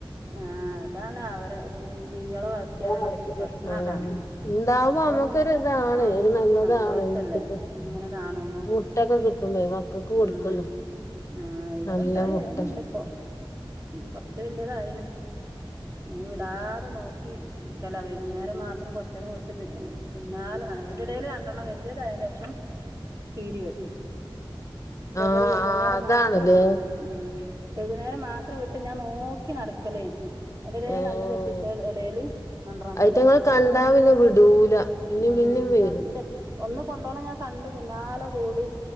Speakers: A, on the right; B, on the left.
A: ആഹ് അതാണ് അവ ജീവികളെ വളർത്തിയാലുള്ള
B: ആഹ്
A: പ്രശ്നം അതാണ്.
B: ഉണ്ടാവുമ്പോ
A: അതൊന്ന്
B: നമ്മക്കൊരു ഇതാണ്
A: ഉം
B: ഒരു നല്ലതാണ്
A: സന്തോഷല്ലേ
B: വീട്ട്ക്ക്
A: അങ്ങനെ കാണുമ്പോ
B: മുട്ടൊക്കെ കിട്ടുമ്പേ മക്കൾക്ക് കൊടുക്കല്ലോ
A: മ് ആ ഇവിടെ
B: നല്ല
A: ഉണ്ടായി
B: മുട്ട
A: വരുണ് ണ്ട്പ്പോ കുറച്ച ശേ അതായ്ണ് വിടാതെ നോക്കി നിക്കല ന്നേരം മാത്രം കൊറച്ചരം വിട്ട് പിന്നാലെ അയ്‌ന്റെടയിൽ രണ്ടെണ്ണം വലിയതായതിന് ശേഷം കീരി വെട്ടി. ഇതേപോലെ
B: ആഹ്
A: വൈകുന്നേരം
B: ആഹ് അതാണല്ലേ
A: മാത്രം വിട ഉം വൈകുന്നേരം മാത്രം വിട്ട് ഞാൻ നോ ക്ക്‌ നടക്കലേ അയ്ന്റെടേൽ
B: ഏഹ്
A: കണ്ണ് തെട്ടിച്ച എടെല് രണ്ട്രണ്ണതിനെ
B: അയിറ്റങ്ങൾ
A: ഒരീസം
B: കണ്ടാ പിന്നെ വിടൂല പിന്നിം
A: ഹാ
B: പിന്നിം വരും
A: ഞന്റെ ഒന്ന് കൊണ്ടോണം ഞാൻ കണ്ട് പിന്നാലെ കൂടി